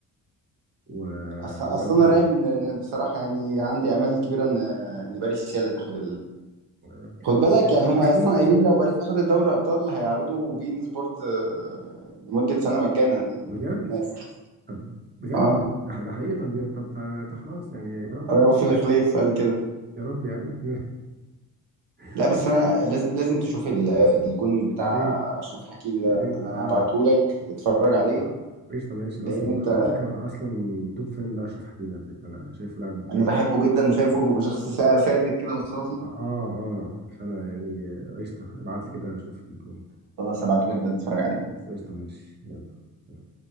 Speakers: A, on the right; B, on the right.
A: و...
B: اصلا
A: وانتر
B: اصلا انا رامي
A: ميلان
B: ان إن بصراحه يعني عندي امال كبيره ان ان باريس هي اللي تاخد
A: يعني
B: خد بالك يعني هم
A: اخيرا
B: اصلا قايلين لو باريس اخدت دوري الابطال هيعرضوا بين سبورت آه، لمده سنه مجانا
A: بجد
B: للناس
A: طب بجد
B: اه
A: ده ده حقيقي طب يا- طب ده ده خلاص يعني يا رب
B: رؤوف الخليف قال كده
A: يا رب يا عم <laughs>
B: لا بس
A: اصل
B: انا لازم لازم تشوف ال- الجون
A: اصل
B: بتاع
A: يا ريت
B: اشرف حكيمي ده
A: يا ريت
B: انا
A: اه
B: هبعته لك تتفرج عليه
A: آه. ايش طب ايش اصلا
B: لان انت
A: على فكره انا اصلا توب فان ده اشرف حكيمي على فكره انا شايفه لاعب
B: انا بحبه جدا وشايفه شخص سا- سالك كده وصافي
A: اه اه آه. فانا يعني قشطه ابعت لي كده اشوف بيكون
B: خلاص هبعته لك ده تتفرج عليه
A: بس قشطة ماشي يلا سلام.